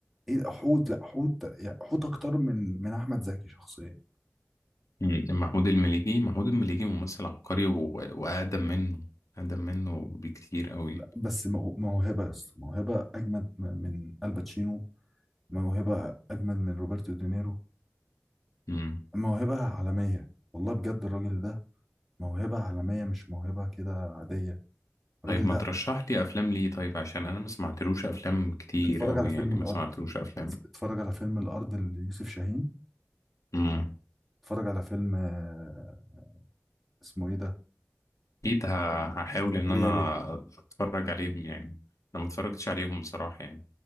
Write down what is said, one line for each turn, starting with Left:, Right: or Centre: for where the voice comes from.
Centre: ايه ده؟ حوت لا حوت يعني حوت اكتر من من احمد زكي شخصيا
Left: مم. محمود المليجي محمود المليجي ممثل عبقري و... واقدم منه اقدم منه بكتير قوي
Centre: لا بس مو- موهبة يا اسطى موهبة اجمد م- من الباتشينو موهبة اجمد من روبرتو دينيرو
Left: مم.
Centre: موهبة عالمية والله بجد الراجل ده موهبة عالمية مش موهبة كده عادية الراجل
Left: طيب ما
Centre: ده
Left: ترشح لي افلام ليه طيب عشان انا ما سمعتلوش افلام كتير
Centre: اتفرج
Left: قوي
Centre: على فيلم
Left: يعني
Centre: الأرض
Left: ما سمعتلوش افلام
Centre: ات- اتفرج على فيلم الأرض ليوسف شاهين
Left: امم
Centre: اتفرج على فيلم آه، اسمه ايه ده
Left: اكيد ه- هحاول
Centre: اسكندرية
Left: ان انا
Centre: ليه
Left: اتفرج عليهم يعني انا ما اتفرجتش عليهم بصراحة يعني